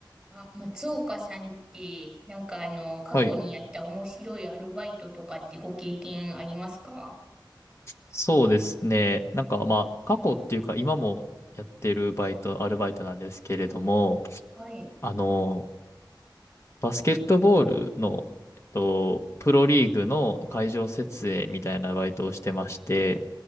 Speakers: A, in the centre; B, on the left.
A: あ、松岡さんって、なんかあの、過去にやった面白いアルバイトとかってご経験ありますか
B: はい。そうですね。なんかまあ、過去っていうか今もやってるバイト、アルバイトなんですけれども、
A: はい。
B: あの、バスケットボールの、えっと、プロリーグの会場設営みたいなバイトをしてまして、